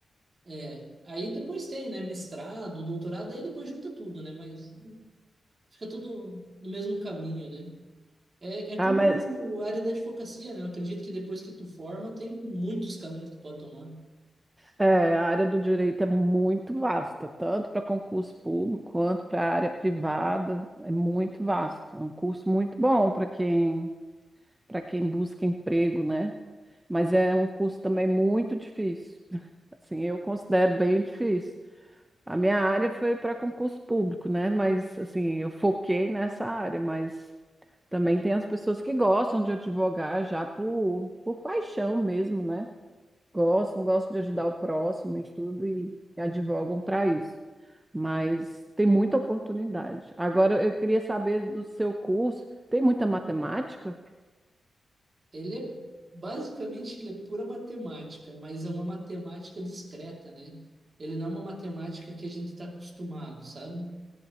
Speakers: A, on the right; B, on the right.
A: É, aí depois tem, né, mestrado, doutorado, aí depois junta tudo, né? Mas fica tudo no mesmo caminho, né? É, é
B: Ah,
A: como
B: mas
A: a área da advocacia, né? Eu acredito que depois que tu forma, tem muitos caminhos que tu pode tomar.
B: É, a área do direito é muito vasta, tanto para concurso público quanto para a área privada, é muito vasto. É um curso muito bom para quem, para quem busca emprego, né? Mas é um curso também muito difícil. Assim, eu considero bem difícil. A minha área foi para concurso público, né? Mas assim, eu foquei nessa área, mas também tem as pessoas que gostam de advogar já por, por paixão mesmo, né? gostam, gostam de ajudar o próximo e tudo, e, e advogam para isso. Mas tem muita oportunidade. Agora, eu queria saber do seu curso, tem muita matemática?
A: Ele é, basicamente, ele é pura matemática, mas é uma matemática discreta, né? Ele não é uma matemática que a gente está acostumado, sabe?